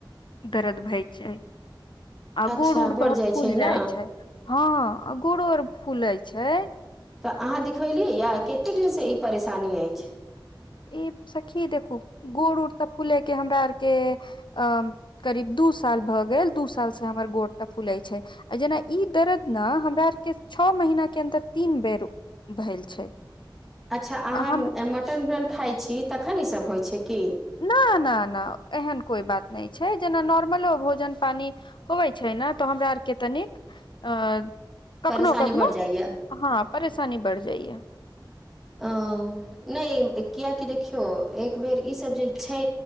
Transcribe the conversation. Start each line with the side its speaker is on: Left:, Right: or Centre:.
Left: दरद भय छै आ
Centre: अच्छा
Left: गोड़ उड़
Centre: बढ़
Left: बहुत फूल
Centre: छै ने
Left: जाइ छै हँ आ गोड़ो आर फूलै छै
Centre: तऽ अहाँ देखबेलियै यए कतेक दिनसँ ई परेशानी अछि
Left: ई सखी देखू गोड़ उड़ तऽ फूले के हमरा आरके अ करीब दू साल भए गेल दू साल से हमर गोर त फूलै छै आ जेना ई दर्द न हमरा आरके छओ महिना के अन्दर तीन बेर भइल छै
Centre: अच्छा अहाँ
Left: हम
Centre: मटन उटन खाइ छी तखन ईसभ होइ छै की
Left: ना ना ना एहन कोइ बात नहि छै जेना नॉर्मलो भोजन पानी होबै छै ने तऽ हमरा आरके तनिक अ
Centre: परेशानी
Left: कखनो कखनो
Centre: बढ़ जाइए
Left: हं परेशानी बढ़ि जाइया
Centre: ओ नहि कियकि देखियौ एक बेर ईसभ जे छै